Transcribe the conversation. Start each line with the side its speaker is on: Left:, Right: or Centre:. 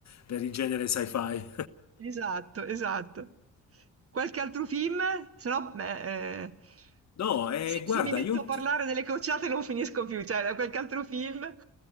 Left: per il genere sci-fi.
Right: Esatto, esatto. Qualche altro film? Se no, eh, eh,
Left: No, eh,
Right: se,
Left: guarda,
Right: se mi metto
Left: io
Right: a parlare
Left: ti...
Right: delle cocciate non finisco più, cioè, da qualche altro film? <laughs>